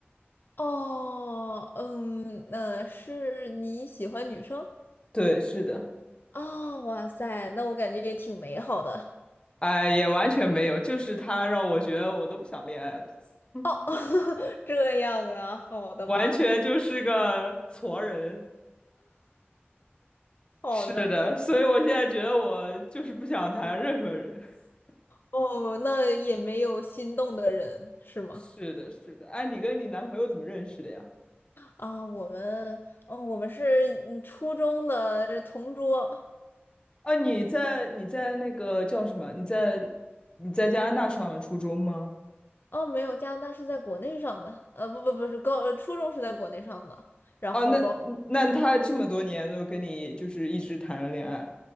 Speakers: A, on the left; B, on the left.
A: 哦，嗯，那是你喜欢女生？
B: 对，是的，
A: 啊？哇塞，那我感觉也挺美好的。
B: 哎，也完全没有，就是他让我觉得我都不想恋爱了，<laughs>
A: 哦，<laughs> 这样啊，好的吧，
B: 完全就是个矬人。
A: 那好的，
B: 是的，
A: 那
B: 所以我现在觉得我就是不想谈任何人。<laughs>
A: 哦，那也没有心动的人是吗？
B: 是的，是的。哎，你跟你男朋友怎么认识的呀？
A: 啊，我们，哦，我们是嗯初中的同桌。
B: 啊，你在你在那个叫什么？你在你在加拿大上的初中吗？
A: 哦，没有，加拿大是在国内上的，呃，不不不是高，呃初中是在国内上的，然后高。
B: 啊，那那他这么多年都跟你就是一直谈着恋爱，